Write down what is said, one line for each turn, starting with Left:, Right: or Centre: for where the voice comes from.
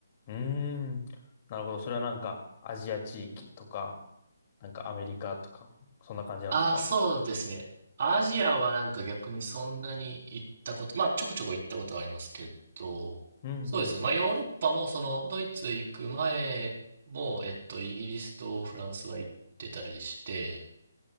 Left: ーん、なるほど。それはなんかアジア地域とか、なんかアメリカとか、そんな感じなんですか
Right: ああ、そうですね。アジアはなんか逆にそんなに行ったこと、まあちょこちょこ行ったことはありますけど、
Left: うんうん。
Right: そうですね。まあヨーロッパもそのドイツ行く前も、えっと、イギリスとフランスは行ってたりして、